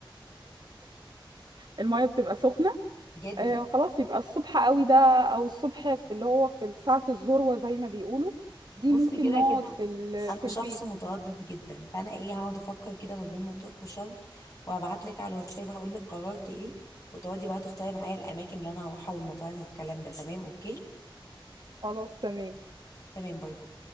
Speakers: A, on the right; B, on the left.
A: المية بتبقى سخنة
B: جدا
A: آه خلاص يبقى الصبح قوي ده أو الصبح في اللي هو في ساعة الذروة زي ما بيقولوا دي
B: بصي
A: ممكن
B: كده
A: نقعد
B: كده
A: في ال...
B: انا
A: في
B: شخص
A: البيت
B: متردد جدا فانا ايه هقعد افكر كده ما بين مطروح وشرم وهبعت لك على الواتساب هقول لك قررت ايه وتقعدي بقى تختاري معايا الاماكن اللي انا هروحها والمطاعم والكلام ده تمام اوكي
A: خلاص تمام
B: تمام باي باي